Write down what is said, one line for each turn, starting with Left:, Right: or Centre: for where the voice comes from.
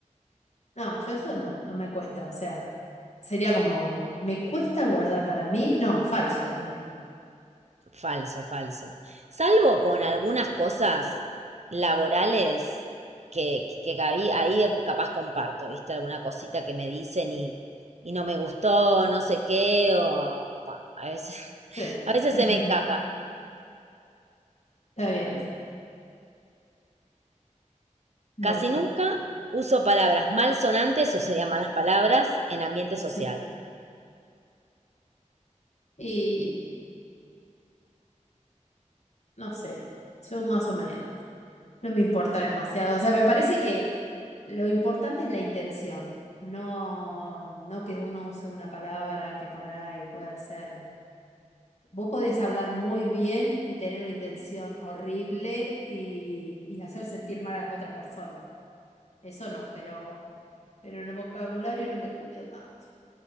Left: No, yo eso no, no me cuesta, o sea, sería como, me cuesta guardar para mí, no, falso,
Right: Falso, falso. Salvo con algunas cosas laborales que, que, que ahí, ahí capaz comparto, ¿viste? Alguna cosita que me dicen y, y no me gustó, no sé qué, o bueno, a veces, <laughs>
Left: Sí,
Right: a veces
Left: <laughs>
Right: se me escapa.
Left: está bien. Bueno,
Right: Casi nunca uso palabras malsonantes o serían malas palabras en ambiente social.
Left: sí. Y no sé, yo más o menos. No me importa demasiado. O sea, me parece que lo importante es la intención, no, no que uno use una palabra que por ahí pueda ser. Vos podés hablar muy bien y tener una intención horrible y, y hacer sentir mal a las otras personas. Eso no, pero, pero en el vocabulario no me cuido tanto.